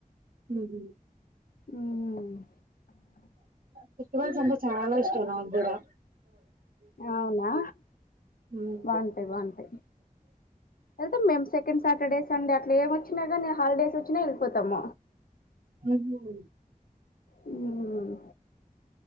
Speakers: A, on the right; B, on the left.
A: ఉహు
B: హ్మ్మ్
A: ఫెస్టివల్స్ చాలా ఇష్టం నాకు కూడా
B: ఆ అవునా
A: ఉమ్
B: బాగుంటాయి బాగుంటాయి వెళ్తాం మేము సెకండ్ సాటర్డే సండే అట్లా ఏం వచ్చినా గాని హాలిడే సూచన ఏల్పోతమ్
A: అహు వా
B: హ్మ్మ్